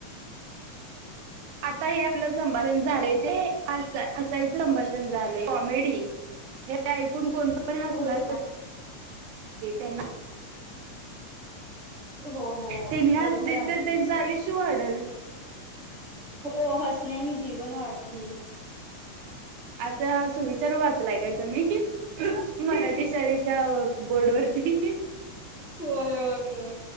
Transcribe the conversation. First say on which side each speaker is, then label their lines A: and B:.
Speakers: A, on the right; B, on the right.
A: आता हे आपलं संभाषण झालंय ते अस असंहीच संभाषण झालंय. मेडी हे ऐकून कोण पण हसणारच
B: होय का
A: की त्यांना <inaudible>
B: हो हो
A: त्यांने हसलीत
B: बरोबर आहे
A: तर
B: तुमचं.
A: त्यांचं आयुष्य वाढल.
B: हो हसण्यानी जीवन वाढते.
A: असं सुविचार वाचलाय का तुम्ही मराठी शाळेच्या बोर्ड वरती
B: होय होय होय.